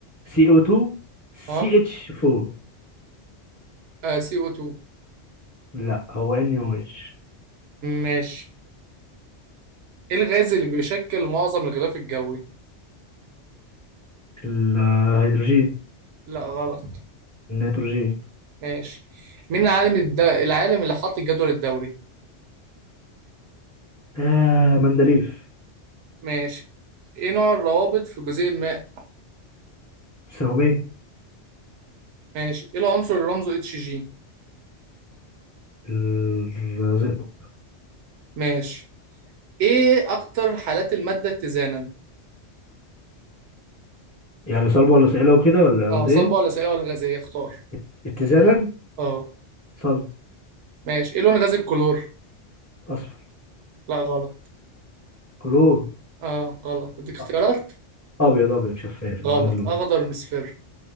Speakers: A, on the left (about 20°); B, on the right (about 80°).
A: CO2 CH4
B: اه, آه سي او 2
A: لا هو NaOH
B: ماشي ايه الغاز اللي بيشكل معظم الغلاف الجوي
A: الهيدروجين
B: لا غلط
A: النيتروجين
B: ماشي مين العالم الد... العالم اللي حط الجدول الدوري
A: آه مندليف
B: ماشي ايه نوع الروابط في جزيء الماء
A: سهمية
B: ماشي ايه العنصر اللي رمزه اتش جي
A: الزئبق
B: ماشي ايه اكتر حالات المادة اتزانا
A: يعني صلب ولا صعيلة وكده ولا
B: اه
A: غازية
B: صلبة ولا سائلة ولا غازية اختار
A: ات- اتزانا
B: اه
A: صلب
B: ماشي ايه لون غاز الكلور
A: أصفر
B: لا غلط
A: كلور
B: اه غلط اديك اختيارات
A: أ- أبيض أبيض شفاف
B: غلط
A: من غير لون
B: اخضر مصفر